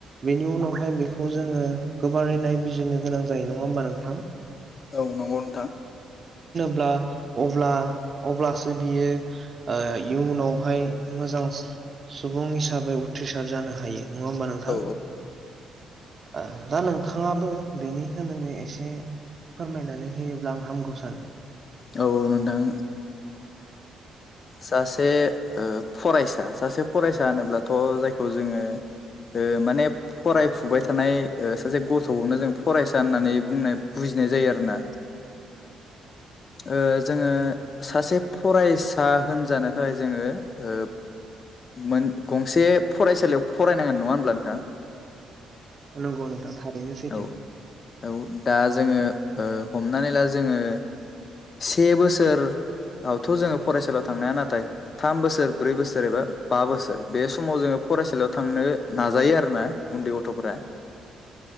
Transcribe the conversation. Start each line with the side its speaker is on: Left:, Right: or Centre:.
Right: बेनि उनावहाय बेखौ जोङो गोबारै नायबिजिरनो गोनां जायो नङा होमबा नोंथां।
Left: औ नंगौ नोंथां।
Right: ब्ला अब्ला अब्लासो बियो इयुनावहाय मोजां सुबुं हिसाबै उथ्रिसार जानो हायो नङा होनबा नोथां
Left: औ
Right: ओ दा नोंथाङाबो बेनि सोमोन्दै एसे फोरमायनानै होयोब्ला आं हामगौ सानो।
Left: औ नोंथां। सासे फरायसा सासे फरायसा होनोब्लाथ' जायखौ जोङो माने फरायफुबाय थानाय ओ सासे गथ'खौनो जों फरायसा होननानै बुंनाय बुजिनाय जायो आरोना ओ जोङो सासे फरायसा होनजानो थाखाय जोङो ओ मोन गंसे फरायसालियाव फरायनांगोन नङा होमब्ला नोंथां।
Right: नंगौ नोंथां थारैनो सैथो
Left: औ औ दा जोङो हमनानै ला जोङो से बोसोर आथ' जोङो फरायसालियाव थांनाया नाथाय थाम बोसोर ब्रै बोसोर एबा बा बोसोर बे समाव जोङो फरायसालियाव थांनो नाजायो आरो ना उन्दै गथ'फोरा
Right: <inaudible>